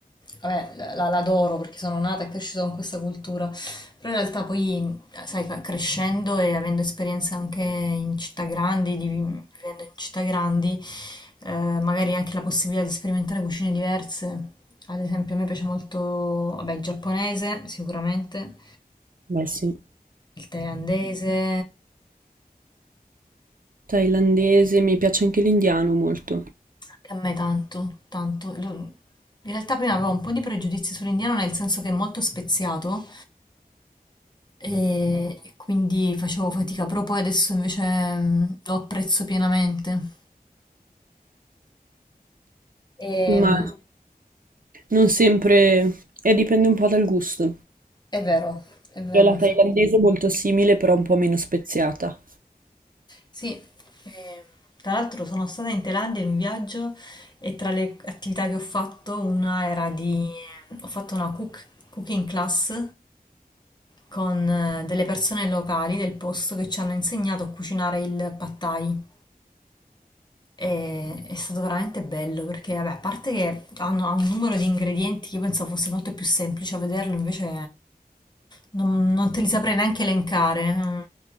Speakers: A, on the left; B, on the right.
A: vabbè, la- la- l'adoro perché sono nata e cresciuta con questa cultura, però in realtà poi, sai, ca- crescendo e avendo esperienze anche in città grandi, di- vivendo in città grandi, eh, magari anche la possibilità di sperimentare cucine diverse. Ad esempio, a me piace molto, vabbè, il giapponese, sicuramente,
B: Beh, sì.
A: il thailandese.
B: Thailandese, mi piace anche l'indiano molto,
A: Che a me tanto, tanto. Lo- In realtà prima avevo un po' di pregiudizi sull'indiano nel senso che è molto speziato e e quindi facevo fatica, però poi adesso invece mm, lo apprezzo pienamente. E,
B: ma
A: mm,
B: non sempre, e dipende un po' dal gusto.
A: è vero, è vero,
B: Cioè la
A: infatti.
B: thailandese è molto simile, però un po' meno speziata.
A: Sì, ehm, tra l'altro sono stata in Thailandia in un viaggio e tra le attività che ho fatto una era di... ehm, ho fatto una cook- cooking class con eh, delle persone locali del posto che ci hanno insegnato a cucinare il pad thai. E- è stato veramente bello perché, vabbè, a parte che hanno, ha un numero di ingredienti che io pensavo fosse molto più semplice a vederlo, invece non, non te li saprei neanche elencare. Mm,